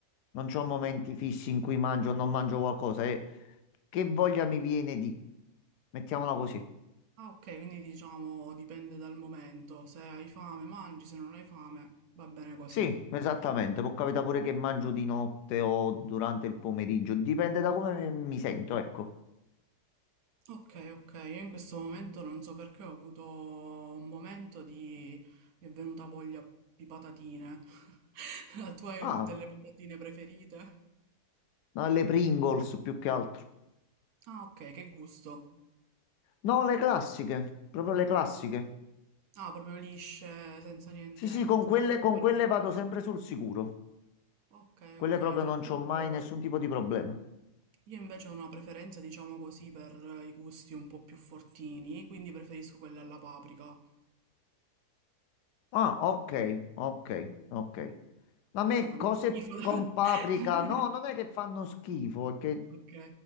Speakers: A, on the left; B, on the right.
A: Non c'ho
B: Ok.
A: momenti fissi in cui mangio o non mangio qualcosa e che voglia mi viene di... Mettiamola così.
B: Ah, ok, quindi diciamo dipende dal momento. Se hai fame mangi, se non hai fame va bene così.
A: Sì, esattamente, può capitare pure che mangio di notte o durante il pomeriggio, dipende da come mi mi sento, ecco.
B: Ok, ok, io in questo momento non so perché ho avuto un momento di... mi è venuta voglia di patatine. <laughs> La tua è
A: Ah,
B: delle patatine preferite?
A: alle Pringles più che altro.
B: Ah, ok, che gusto.
A: No, le classiche, proprio le classiche.
B: Ah, proprio lisce, senza niente,
A: Sì, sì,
B: senza
A: con quelle,
B: queste
A: con
B: cose.
A: quelle vado sempre sul sicuro.
B: Ok,
A: Quelle
B: ok,
A: proprio
B: no,
A: non c'ho
B: io,
A: mai nessun tipo di problema.
B: io invece ho una preferenza, diciamo così, per eh, i gusti un po' più fortini, quindi preferisco quella alla paprika.
A: Ah, ok, ok, ok. A me
B: A te fanno
A: cose
B: schifo.
A: con paprika,
B: <laughs>
A: no, non è che fanno schifo, è che
B: Ok.